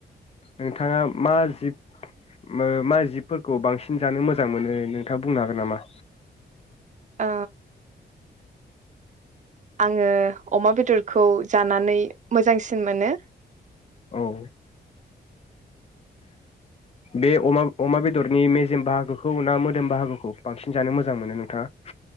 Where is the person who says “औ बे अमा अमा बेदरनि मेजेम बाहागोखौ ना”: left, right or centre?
Left